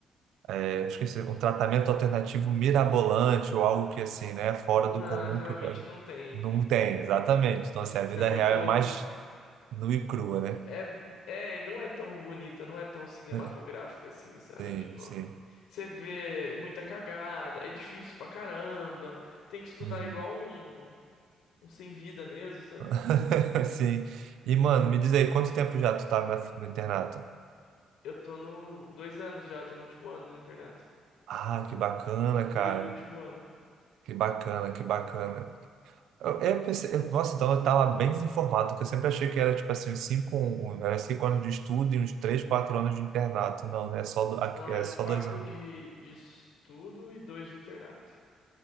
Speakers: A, on the right; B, on the left.
A: é, esqueci, um tratamento alternativo mirabolante ou algo que assim, né, fora
B: Não,
A: do comum
B: geralmente
A: que o-
B: não tem.
A: não
B: Tipo,
A: tem, exatamente. Então, assim, a
B: isso
A: vida
B: é muito.
A: real é mais nua e crua, né?
B: É, é, e não é tão bonita, não é tão cinematográfica
A: <laughs>
B: assim, sabe?
A: Sim,
B: Tipo.
A: sim.
B: Você vê muita cagada, é difícil pra caramba, tem que estudar
A: Uhum.
B: igual um, um sem vida mesmo, sabe?
A: <laughs> Sim. E, mano, me diz aí, quanto tempo já tu tá na- no internato?
B: Eu tô no dois anos já, eu tô no último ano do internato.
A: Ah, que bacana,
B: Último
A: cara.
B: período do último ano.
A: Que bacana, que bacana. Eu, eu pensei, eu- nossa, então eu estava bem desinformado, porque eu sempre achei que era tipo assim, uns cinco, um- era cinco anos de estudo e uns três, quatro anos de internato. Não, né? É só, do- aqui-
B: Não,
A: é
B: é quatro
A: só dois anos,
B: de, de estudo e dois de internato.